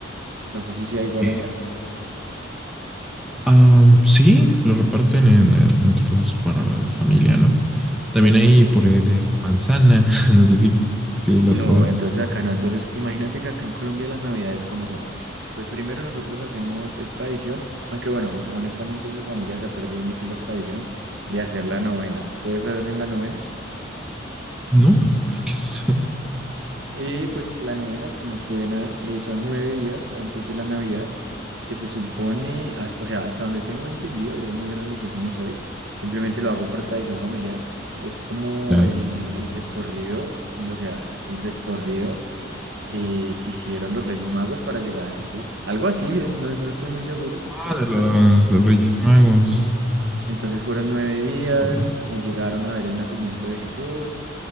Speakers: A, on the right (about 60°); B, in the centre.
A: No sé si sea
B: Ok.
A: igual allá.
B: Am, sí, lo reparten en- en- entre los, para la familia, ¿no? También
A: Ok,
B: hay puré
A: ok.
B: de manzana, <laughs> no sé si, si lo
A: No,
B: has probado.
A: entonces acá no. Entonces, imagínate que acá en Colombia las navidades cómo son. Pues primero nosotros hacemos es tradición, aunque bueno, honestamente en mi familia se ha perdido mucho la tradición de hacer la novena. ¿Ustedes hacen la novena?
B: ¿No? ¿Qué es eso?
A: Eh, pues la novena, como suena, eh, son nueve días antes de la Navidad, que se supone, as- o sea, hasta donde tengo entendido, yo muy religioso no soy, simplemente lo hago por tradición familiar, es como
B: La-
A: el, el recorrido, o sea, el recorrido eh, que hicieron los Reyes Magos para llegar a Jesús, algo así, es, no, es- no estoy muy seguro.
B: Ah, de los
A: Entonces,
B: Reyes Magos.
A: entonces fueron nueve días
B: Oh,
A: y llegaron a ver el nacimiento de Jesús,